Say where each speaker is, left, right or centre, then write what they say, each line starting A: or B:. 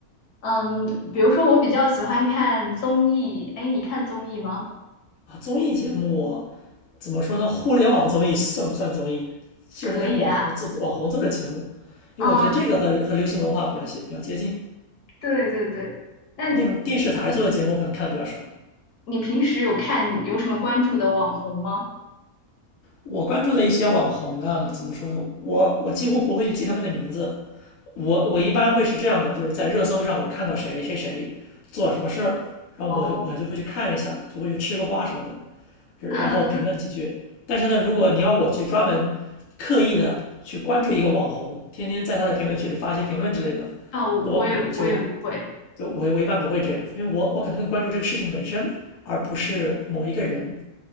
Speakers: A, on the left; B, on the left.
A: 嗯，比如说我比较喜欢看综艺，哎，你看综艺吗？
B: 啊？综艺节目怎么说呢？互联网综艺算不算综艺？就是那种网红做网红做的节目，
A: 可以嗯啊。
B: 因为我觉得这个和和流行文化比较接比较接近。
A: 嗯，对对对。那你
B: 那种电视台做的节目可能看的比较少，
A: 平你平时有看有什么关注的网红吗？
B: 我关注的一些网红呢，怎么说呢？我我几乎不会去记他们的名字，我我一般会是这样的，就是在热搜上我看到谁谁谁做什么事儿，然后我就我就会去看一下，
A: 哦哦。
B: 就会去吃个瓜什么的，然后评论几句。
A: <laughs>
B: 但是呢，如果你要我去专门刻意的去关注一个网红，天天在他的评论区里发一些评论之类的，
A: 哦，
B: 那我可能就
A: 我也我也不会。
B: 就我我一般不会这样，因为我我可能更关注这个事情本身，而不是某一个人。